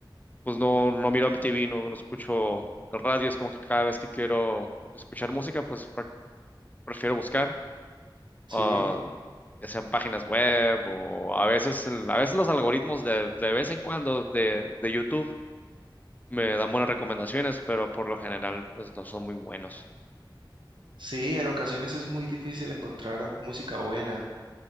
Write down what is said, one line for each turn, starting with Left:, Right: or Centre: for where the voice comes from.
Left: pues no, no miro MTV, no, no escucho el radio, es como que cada vez que quiero escuchar música, pues pre- prefiero buscar,
Right: ¿sí?
Left: ah, ya sean páginas web o a veces, el- a veces los algoritmos de, de vez en cuando de, de YouTube me dan buenas recomendaciones, pero por lo general pues no son muy buenos.
Right: Sí, en ocasiones es muy difícil encontrar música buena.